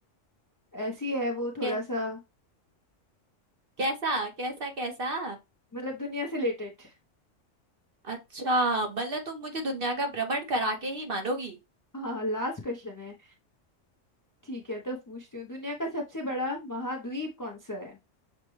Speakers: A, on the left; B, on the right.
A: ऐसी है वो थोड़ा
B: कै,
A: सा
B: कैसा कैसा कैसा
A: मतलब दुनिया से रिलेटेड
B: अच्छा मतलब तुम मुझे दुनिया का भ्रमण करा के ही मानोगी
A: हाँ लास्ट क्वेश्चन है ठीक है तो पूछती हूँ दुनिया का सबसे बड़ा महाद्वीप कौन सा है